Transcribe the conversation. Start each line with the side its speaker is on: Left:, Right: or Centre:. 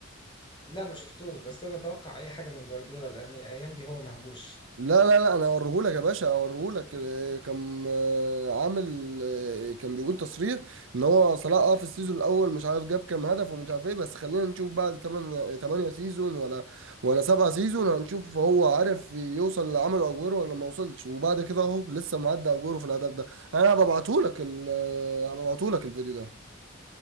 Left: لا ما شفتوش بس انا اتوقع اي حاجه من جوارديولا لان الايام دي هو مهبوش
Right: لا لا لا انا اوريهولك يا باشا اوريهولك آه، كان آه، عامل آه، كان بيقول تصريح ان هو صلاح اه في السيزون الاول مش عارف جاب كام هدف ومش عارف ايه بس خلينا نشوف بعد 8 8 سيزون ولا ولا 7 سيزون هنشوف هو عارف يوصل اللي عمله اجويرو ولا ما وصلش وبعد كده اهو لسه معدي اجويرو في الهدف ده انا هبعتهولك ال آه، هبعتهولك الفيديو ده